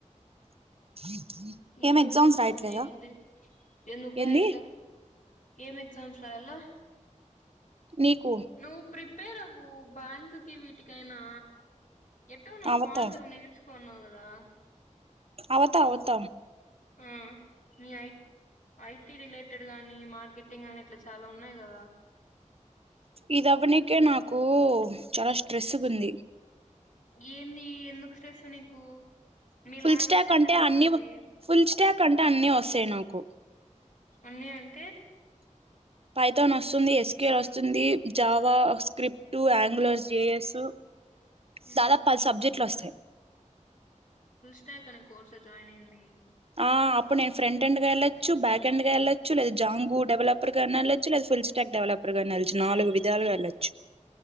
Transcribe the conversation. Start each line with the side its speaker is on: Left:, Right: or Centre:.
Right: <inaudible>
Left: ఈ
Right: ఏం
Left: రోజు
Right: ఎగ్జామ్స్
Left: పొద్దున్నే
Right: రాయట్లేదా
Left: ఎకుది ఎందుకు రాయట్లా
Right: ఏంది
Left: ఏం ఎగ్జామ్స్ రాయాల
Right: నీకు
Left: నువ్వు ప్రిప్ ప్రిపేర్ అవ్వు బ్యాంకు కి వీటికైనా ఎటో నువ్వు
Right: అవతా
Left: కాంట్ అవి నేర్చుకున్నావ్ పోన్నావు కదా
Right: అవత అవత
Left: ఆ మీ ఐ ఐటీ రిలేటెడ్ గానీ మార్కెటింగ్ ని ఇట్లా చాలా ఉన్నాయి కదా
Right: ఇది అవ్వనికే నాకు చాలా స్ట్రెస్గ ఉంది
Left: ఏంది ఎందుకు స్ట్రెస్సు నీకు మీ
Right: ఫుల్
Left: లాంగ్వేజెసే
Right: స్టాక్ అంటే
Left: కదా
Right: అన్ని
Left: అవి
Right: ఫుల్ స్టాక్ అంటే అన్నీ వస్తాయి నాకు
Left: అన్ని అంటే
Right: పైతాన్ వస్తుంది ఎస్ క్యూ ఎల్ వస్తుంది జావా స్క్రిప్ట్ ఆంగ్లర్ జేఎస్
Left: ఉమ్,
Right: సదా ప సబ్జెక్ట్ ఎట్లా వస్తాయి
Left: అతే అక్కడ కోర్సలో జాయిన్ అయింది
Right: ఆ అప్పుడు నేను ఫ్రంట్ హండ్ గా వెళ్లచ్చు బ్యాక్ హండ్గా వెళ్లచ్చు లేదా జాంగు డెవలపర్ గా వెళ్లచ్చు లేదా ఫుల్ స్టాక్ డెవలపర్ గాని వెళ్లచ్చు నాలుగు విధాలుగా వెళ్లొచ్చు